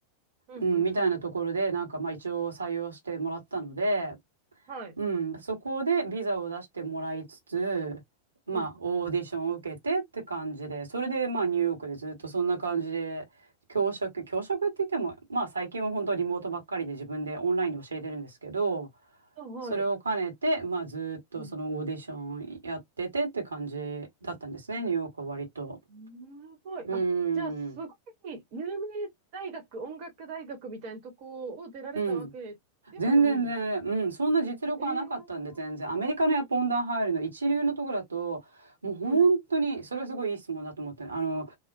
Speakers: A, on the right; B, on the right.
A: うんうん。
B: うん、みたいなところで、なんかまあ一応採用してもらったので、
A: はい。
B: うん、そこでビザを出してもらいつつ、まあオーディションを受けてって感じで、
A: うんうん。
B: それでまあニューヨークでずっとそんな感じで、教職、教職って言っても、まあ最近は本当リモートばっかりで自分でオンラインで教えてるんですけど、
A: あはい。
B: それを兼ねて、まあずっとそのオーディションやっててって感じだったんですね、
A: うん。
B: ニューヨークは割と。
A: すごい。
B: うん、
A: あ、じゃあ、すごい、有名大学、音楽大学みたいなとこを出られたわけでもないんですか
B: うん。全然全然、うん、そんな実力はなかったんで、
A: え
B: 全然。
A: え
B: アメリカのやっぱ温暖入るの一流のところだと、もう本当に、
A: うん。
B: それはすごいいい質問だと思ってあの、